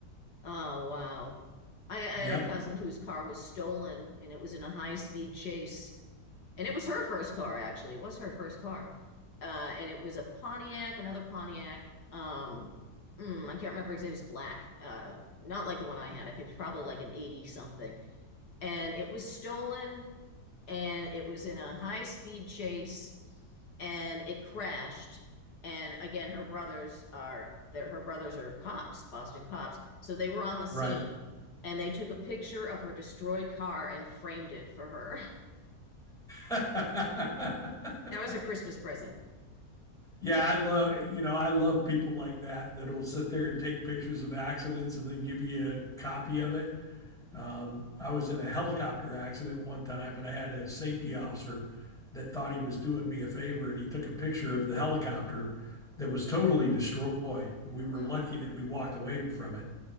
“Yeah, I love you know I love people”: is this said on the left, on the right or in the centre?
Centre